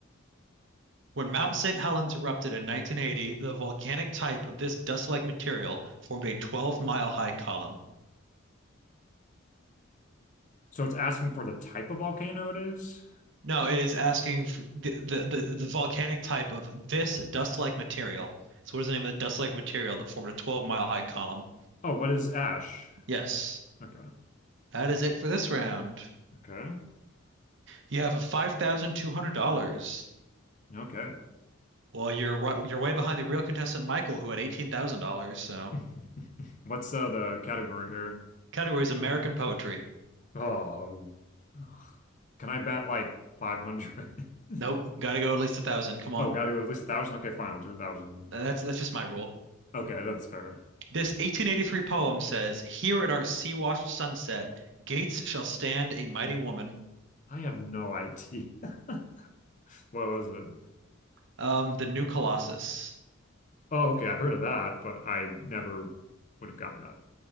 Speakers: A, on the right; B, on the left.
A: When Mount St. Helens erupted in 1980, the volcanic type of this dust-like material formed a 12-mile high column.
B: So it's asking for the type of volcano it is.
A: No, it is asking for the, the, the, the volcanic type of this dust-like material. So what is the name of the dust-like material that formed a 12-mile high column?
B: Oh, what is ash?
A: Yes,
B: Okay.
A: that is it for this round.
B: Okay.
A: You have $5,200.
B: Okay.
A: Well, you're right, you're way behind the real contestant Michael, who had $18,000. So
B: <laughs> What's uh, the category here?
A: category is American poetry.
B: Oh, ugh. Can I bet like 500? <laughs>
A: Nope, gotta go at least a thousand. Come on.
B: Oh, gotta go at least a thousand? Okay, fine. I'll do a thousand.
A: That's that's just my rule.
B: Okay, that's fair.
A: This 1883 poem says, "Here at our sea-washed sunset, gates shall stand a mighty woman."
B: I have no idea. <laughs> What was it?
A: Um, the new Colossus.
B: Oh, okay. I've heard of that, but I never would have gotten that.